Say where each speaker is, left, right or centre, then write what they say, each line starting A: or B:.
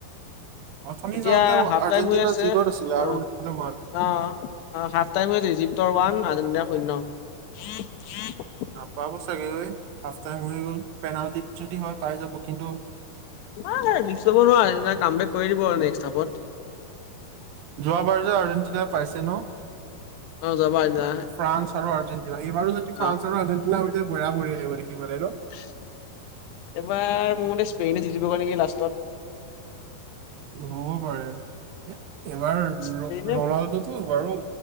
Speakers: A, on the right (about 70°); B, on the left (about 85°).
A: অথনি
B: এতিয়া
A: যাওঁতে
B: হাফ
A: আৰ্জেণ্টিনা
B: টাইম হৈ আছে।
A: জিৰ'ত আছিলে
B: অ'
A: আৰু ইফালে মা
B: অ, অ হাফ টাইম হৈ ৰিজিপ্তৰ ওৱান, আৰ্জেণ্টিনা শূন্য। <inaudible>
A: নাপাব চাগে ঐ। হাফ টাইম হৈ গল। পেনাল্টিত যদি হয় পাই যাব কিন্তু
B: <unintelligible> ৰিস্ক লব নোৱাৰে। আৰ্জেণ্টিনাই কাম বেক কৰি দিব নেক্সট হাফট।
A: যোৱাবাৰ যে আৰ্জেণ্টিনাই পাইছে ন?
B: অ যোৱাবাৰ আ
A: ফ্ৰান্স আৰু আৰ্জেণ্টিনা। এইবাৰো যদি ফ্ৰান্স
B: অ'
A: আৰু আৰ্জেটিনা হৈতে বৰা বঢ়িয়া লাগিব দেখিবলৈ ন?
B: এইবাৰ মোৰ মতে স্পেইনে জিকিবগে নেকি লাষ্টত।
A: হ'ব পাৰে। এ এইবাৰ ৰ
B: স্পেইনে
A: ৰনাল্ডটো বাৰু